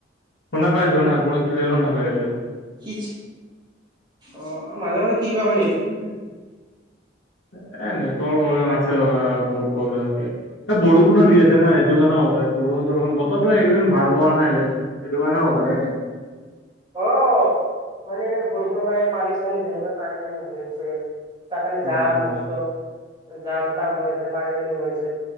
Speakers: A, on the left; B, on the right.
A: শুনা পাইছো, ক্লিয়াৰ শুনা পাইছো।
B: কি অ মাজে-মাজে কি বা এখন।
A: এ' নেটৱৰ্কৰ প্ৰব্লেম আছে ৰবা বহুত। বৰষুণ দি আছে না সেইটো কাৰণে হ'ব। বৰষুণ-চৰষুণ বতৰটো একেইদিন ভাল পোৱা নাই যে সেইটো কাৰণে হ'ব পাৰে।
B: অহ', মানে বৰষুণৰ কাৰণে পানী-চানী যেনেকুৱা পানী-চানী হৈ আছে। তাৰ কাৰণে
A: উম
B: জাম মষ্ট, জাম তাম হৈ আছে, পানী-চানী হৈ আছে।